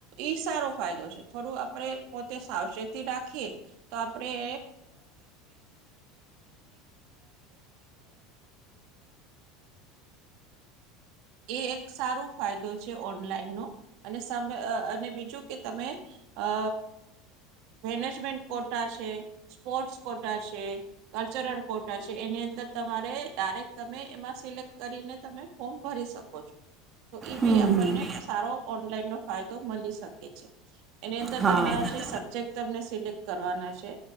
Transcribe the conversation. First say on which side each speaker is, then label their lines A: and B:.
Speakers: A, on the right (about 65°); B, on the right (about 25°).
A: ઈ સારો ફાયદો છે થોડું આપણે પોતે સાવચેતી રાખીએ તો આપણે એ એક સારો ફાયદો છે ઓનલાઈનનો અને સ અને બીજું કે તમે અ મેનેજમેન્ટ કોટા છે, સ્પોર્ટ્સ કોટા છે, કલ્ચરલ કોટા છે એની અંદર તમારે ડાયરેક્ટ તમે એમાં સિલેક્ટ કરીને તમે ફોર્મ ભરી શકો છો. તો ઈ
B: હમ
A: બી આપણને
B: હમ.
A: સારો ઓનલાઈનનો ફાયદો મલી શકે છે. એની અંદર
B: હા
A: તમારા જે સબ્જેક્ટ તમને સિલેક્ટ કરવાના છે